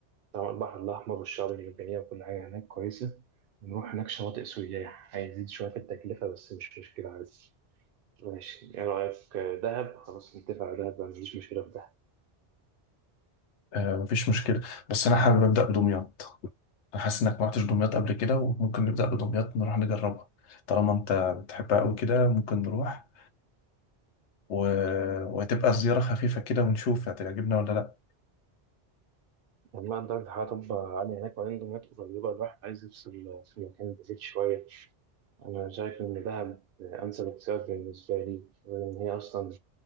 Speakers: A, on the right; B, on the left.
A: طبعا البحر الاحمر والشعاب المرجانيه وكل حاجه هناك كويسه ونروح هناك شواطئ سياح هيزيد شويه في التكلفه بس مش مشكله عادي ماشي ايه رايك دهب خلاص نتفق على دهب ما عنديش مشكله في دهب
B: آه، مفيش مشكله بس انا حابب ابدا بدمياط انا حاسس انك ما رحتش دمياط قبل كده وممكن نبدا بدمياط نروح نجربها طالما انت بتحبها قوي كده ممكن نروح و... وهتبقى زياره خفيفه كده ونشوف هتعجبنا ولا لا
A: لما درجه الحراره تبقى عاليه هناك وعنده مياه قريبه الواحد عايز يفصل في مكان بعيد شويه انا شايف ان دهب انسب اختيار بالنسبه لي لان هي اصلا